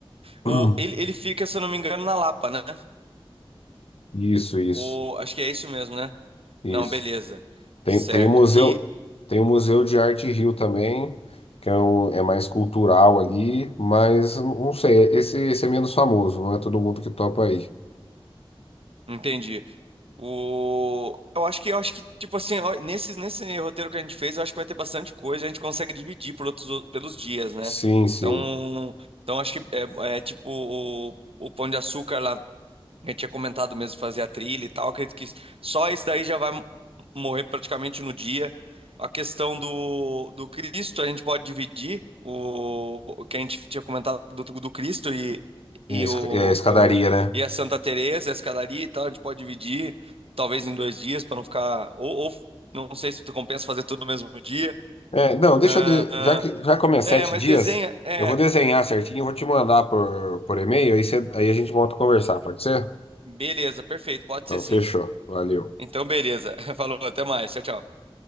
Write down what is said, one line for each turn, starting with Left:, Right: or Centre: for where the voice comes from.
Right: O,
Left: <clears throat>
Right: ele, ele fica, se eu não me engano, na Lapa, né?
Left: Isso, isso,
Right: O, acho que é isso mesmo, né?
Left: isso.
Right: Não, beleza.
Left: Tem,
Right: Certo.
Left: tem o museu,
Right: E
Left: tem o Museu de Arte Rio também, que é, um, é mais cultural ali, mas não sei, esse, esse é menos famoso, não é todo mundo que topa aí.
Right: entendi. O... Eu acho que, eu acho que, tipo assim, ó, nesse, nesse roteiro que a gente fez, eu acho que vai ter bastante coisa, a gente consegue dividir por outros, pelos dias, né?
Left: Sim, sim.
Right: Então, então acho que é, é tipo o, o Pão de Açúcar lá, que eu tinha comentado mesmo, de fazer a trilha e tal, acredito que só isso daí já vai, morrer praticamente no dia. A questão do, do Cristo, a gente pode dividir o, o que a gente tinha comentado do, do Cristo e,
Left: É,
Right: e,
Left: a esca-
Right: o,
Left: é a escadaria,
Right: o-
Left: né?
Right: e a Santa Teresa, e a escadaria e tal, a gente pode dividir talvez em dois dias para não ficar. Ou, ou não sei se compensa fazer tudo no mesmo dia.
Left: É, não, deixa
Right: Ah,
Left: eu. de- Já que, já como é sete
Right: é, mas
Left: dias,
Right: desenha. É,
Left: eu vou desenhar certinho, eu vou te mandar por, por e-mail, aí, você- aí a gente volta a conversar, pode ser?
Right: beleza, perfeito, pode
Left: Então,
Right: ser sim.
Left: fechou. Valeu.
Right: Então, beleza. <laughs> Falou, até mais. Tchau, tchau.